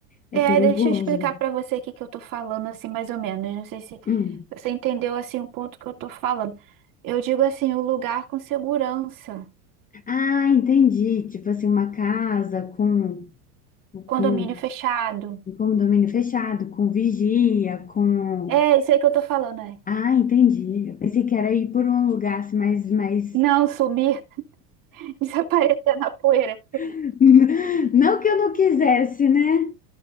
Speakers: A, on the left; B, on the right.
A: É
B: É,
A: perigoso.
B: deixa eu explicar para você o que que eu tô falando assim mais ou menos. Não sei se
A: Hum.
B: você entendeu assim o ponto que eu tô falando. Eu digo assim, o lugar com segurança,
A: Ah, entendi. Tipo assim, uma casa com
B: condomínio
A: com
B: fechado.
A: um condomínio fechado, com vigia, com
B: É isso aí que eu tô falando, é.
A: Ah, entendi. Eu pensei que era ir por um lugar assim, mais mais
B: Não sumir, <laughs> desaparecer na poeira.
A: <laughs> não que eu não quisesse, né?